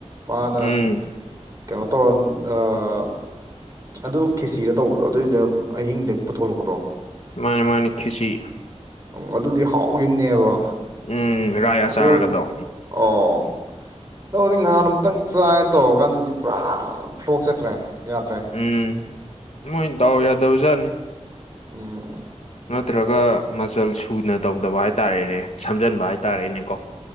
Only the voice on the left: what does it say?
ꯎꯝ
ꯃꯥꯅꯤ ꯃꯥꯅꯤ ꯈꯦꯆꯤ
ꯎꯝ ꯔꯥꯏ ꯑꯆꯥꯔꯒꯗꯣ
ꯎꯝ ꯃꯣꯏ ꯗꯥꯎ ꯌꯥꯗꯕꯖꯥꯠꯅꯤ꯫
ꯅꯠꯇ꯭ꯔꯒ ꯃꯆꯜ ꯁꯨꯅ ꯇꯧꯗꯕ ꯍꯥꯏꯇꯥꯔꯦꯅꯦ ꯁꯝꯖꯟꯕ ꯍꯥꯏꯇꯥꯔꯦꯅꯦ ꯀꯣ꯫